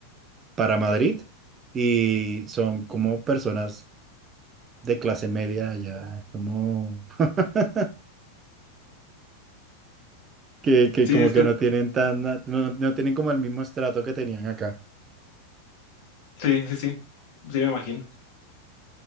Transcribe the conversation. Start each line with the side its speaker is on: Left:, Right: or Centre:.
Right: para Madrid y son como personas de clase media allá, como <laughs> que, que
Left: sí,
Right: como
Left: es
Right: que
Left: que,
Right: no tienen tan, no, no tienen como el mismo estrato que tenían acá.
Left: sí, sí, sí, sí, me imagino.